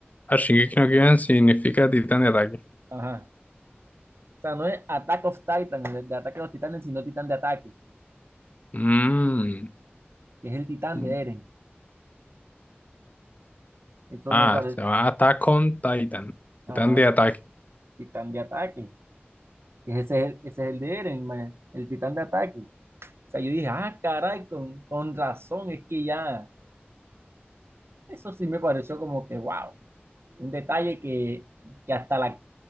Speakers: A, on the left; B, on the right.
A: Ah, Shingeki no Kyojin significa titán de ataque.
B: Ajá. O sea, no es Attack of Titan, de, de ataque de los titanes, sino titán de ataque,
A: Mm.
B: que es el titán
A: mm.
B: de Eren. Esto
A: Ah,
B: me parece,
A: se llama Attack on Titan. Titán
B: ajá,
A: de ataque.
B: titán de ataque, que ese es el, ese es el de Eren, man, el titán de ataque. O sea, yo dije, ah, caray, con, con razón, es que ya, eso sí me pareció como que, wow, un detalle que que hasta la